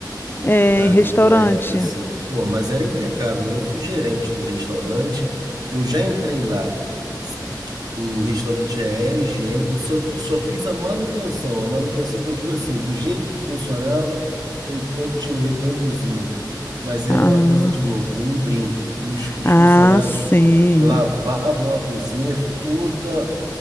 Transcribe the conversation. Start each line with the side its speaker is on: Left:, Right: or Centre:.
Left: É,
Right: Ah,
Left: em restaurante.
Right: teve uma época assim, pô, mas era impecável. Eu fui gerente do restaurante, eu já entrei lá. s- O restaurante já era higiênico, eu só, só fiz a manutenção. A manutenção que eu digo assim, do jeito que funcionava, eu continuei conduzindo. Mas era
Left: Ah,
Right: uma coisa de louco, um brinco. Os, os
Left: ah,
Right: funcionários
Left: sim.
Right: lavavam a cozinha toda,